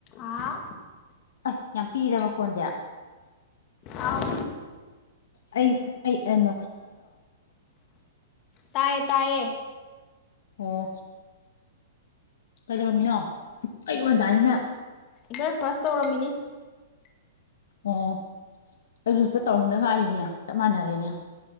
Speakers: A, on the left; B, on the left.
A: ꯑꯥ
B: ꯑ ꯌꯥꯝ ꯄꯤꯗꯃꯀꯣꯟꯁꯦ
A: ꯑꯥꯎ
B: ꯑꯩ ꯑꯩꯩꯅꯣ
A: ꯇꯌꯦ ꯇꯌꯦ
B: ꯑꯣ ꯀꯩꯗꯧꯔꯝꯃꯤꯅꯣ ꯑꯩꯌꯨꯛ ꯉꯟꯇꯥꯅꯤꯅ
A: ꯕ꯭ꯔꯦꯛꯐꯥꯁ ꯇꯧꯔꯝꯃꯤꯅꯤ
B: ꯑꯣ ꯑꯩꯁꯨꯛꯇ ꯇꯧꯔꯝꯗ ꯉꯥꯏꯔꯤꯅꯦ ꯆꯞ ꯃꯥꯟꯅꯔꯦꯅꯦ